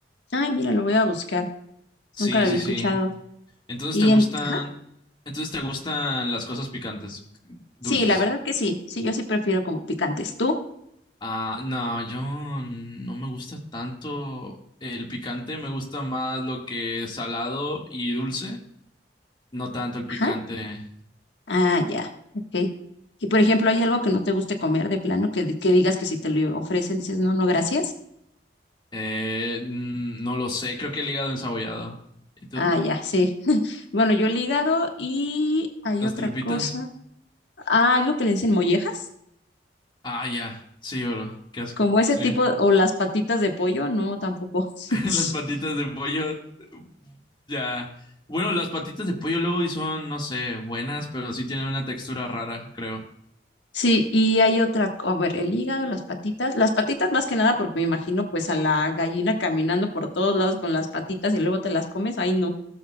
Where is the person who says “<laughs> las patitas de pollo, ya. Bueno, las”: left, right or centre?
Left